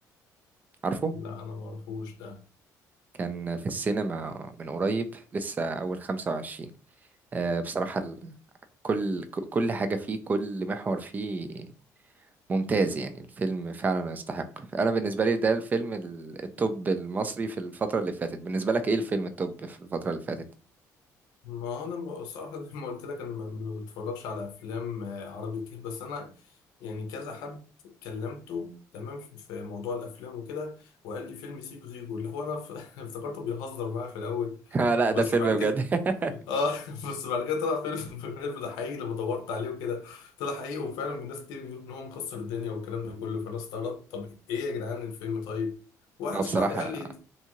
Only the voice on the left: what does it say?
لا انا ما اعرفوش ده
ما انا بصراحه زي ما قلت لك انا ما ما بتفرجش على افلام آه، عربي كتير بس انا يعني كذا حد كلمته تمام في في موضوع الافلام وكده وقال لي فيلم سيكو سيكو اللي هو انا ف- <laughs> افتكرته بيهزر معايا في الاول
بس
بعد كده
اه <laughs> بس بعد كده طلع فيلم <laughs> فيلم ده حقيقي لما دورت عليه وكده طلع حقيقي وفعلا الناس كتير بيقولوا ان هو مكسر الدنيا والكلام ده كله فانا استغربت طب ايه يا جدعان الفيلم طيب واحد
شرح لي قال لي